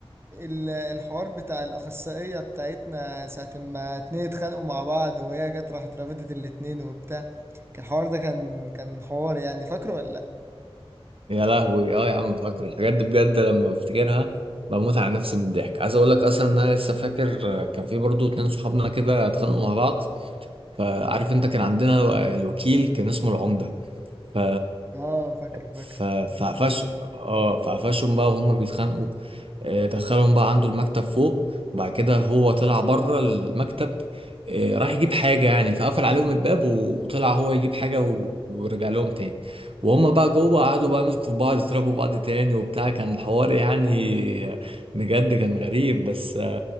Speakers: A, on the right; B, on the right.
A: ال- الحوار بتاع الأخصائية بتاعتنا ساعة ما اتنين اتخانقوا مع بعض وهي جت راحت رابطت الاتنين وبتاع كان الحوار ده كان كان حوار يعني فاكره ولا لأ؟
B: يا لهوي اه يا عم فاكره الحاجات دي بجد لما بفتكرها بموت على نفسي من الضحك عايز اقول لك اصلا ان انا لسه فاكر آه، كان في برضو اتنين صحابنا كده اتخانقوا مع بعض فعارف انت كان عندنا الو- الوكيل كان اسمه العمدة ف
A: اه فاكره فاكره
B: ف فعفش اه فعفشهم بقى وهم بيتخانقوا آه، دخلهم بقى عنده المكتب فوق وبعد كده هو طلع بره المكتب آه، راح يجيب حاجة يعني فقفل عليهم الباب و- وطلع هو يجيب حاجة و- ورجع لهم تاني وهم بقى جوه قعدوا بقى يمسكوا في بعض يضربوا بعض تاني وبتاع كان حوار يعني بجد كان غريب بس